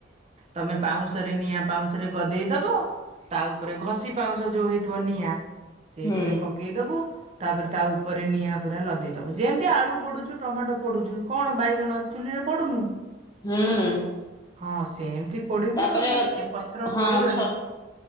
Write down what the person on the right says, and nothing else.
ତମେ ପାଉଁଶରେ ନିଆଁ ପାଉଁଶରେ ଗଦେଇ ଦବ ତା ଉପରେ ଘଷି ପାଉଁଶ ଯୋଉ ହେଇ ଧନିଆ ସେଇଥିରେ
ପକେଇଦବୁ ତାପରେ ତା ଉପରେ ନିଆଁ ପୁରା ଲଦେଇଦବୁ ଯେମିତି ଆଳୁ ପୋଡୁଛୁ ଟମାଟୋ ପୋଡୁଛୁ କଣ ବାଇଗଣ ଚୁଲିର ପୋଡ଼ୁନୁ?
ହଁ ସେ ଏମିତି ପୋଡିବୁ
ଆଉ ସେ ପଥର
ପୋଡିଗଲେ